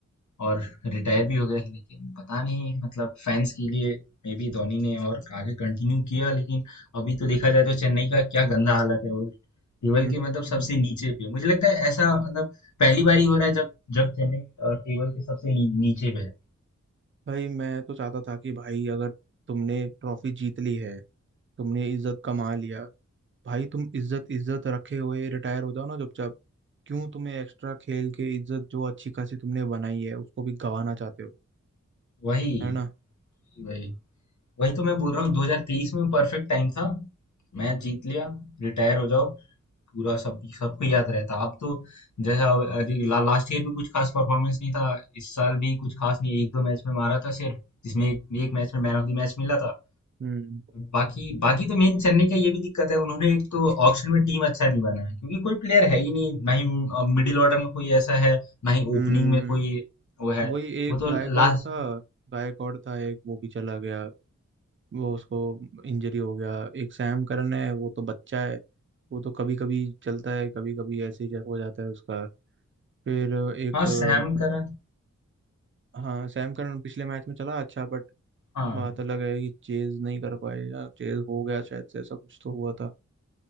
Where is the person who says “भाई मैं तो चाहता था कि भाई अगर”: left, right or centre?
Right